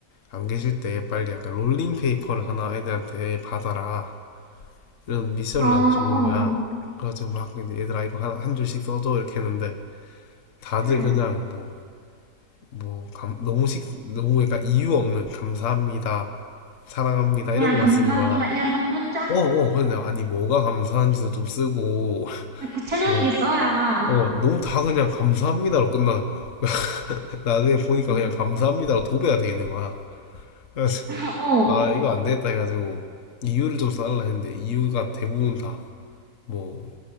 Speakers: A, on the left; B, on the right.
A: 안 계실 때 빨리 약간 롤링 페이퍼를 하나 애들한테 받아라. 이런 미션을
B: 어, 어,
A: 난 주는 거야.
B: 어.
A: 그래가지고 막 이제 얘들아 이거 한, 한 줄씩 써줘 이렇게 했는데 다들
B: 응.
A: 그냥 뭐, 뭐 감, 너무 식 너무 약간 이유 없는 감사합니다, 사랑합니다
B: 그냥
A: 이런 거만
B: 감사합니다.
A: 쓰는 거야.
B: 이런 한 문장?
A: 어, 어, 근데 아니 뭐가 감사한지도 좀 쓰고 <laughs>
B: 구체적이게
A: 뭐,
B: 써라.
A: 어, 너무 다 그냥 감사합니다로 끝나는 거야. <laughs> 나중에 보니까
B: 응.
A: 그냥 감사합니다로 도배가 돼 있는 거야. 그래서
B: <laughs> 어.
A: 아 이거 안 되겠다 해가지고 이유를 좀 써달라 했는데 이유가 대부분 다뭐